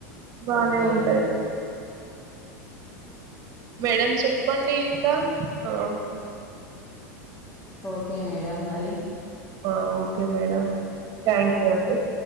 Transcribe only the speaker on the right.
బానే
ఉంటది
మేడం చెప్పండి ఇంకా ఆ
ఆ ఓ కే మేడమ్ థాంక్యూ అ